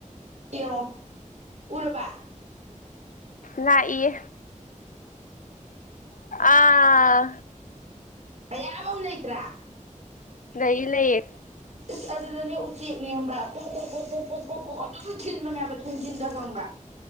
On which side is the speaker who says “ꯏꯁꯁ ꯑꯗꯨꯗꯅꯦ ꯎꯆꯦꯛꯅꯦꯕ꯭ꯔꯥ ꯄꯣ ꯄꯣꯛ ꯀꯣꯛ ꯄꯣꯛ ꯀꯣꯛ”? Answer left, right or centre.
Right